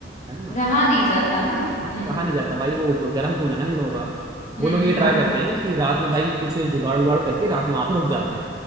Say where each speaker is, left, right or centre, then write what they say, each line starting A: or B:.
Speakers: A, on the right; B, on the left.
A: है ना
B: रहा नहीं जाता ना
A: हाँ
B: हम्म
A: रहा नहीं जाता भाई वो गर्म खून है ना इन लोगों का वो
B: हम्म
A: लोग ये ट्राई
B: हाँ
A: करते हैं कि रात में भाई कुछ जुगाड़ उगाड़ करके रात में वहां पर रुक जाते हैं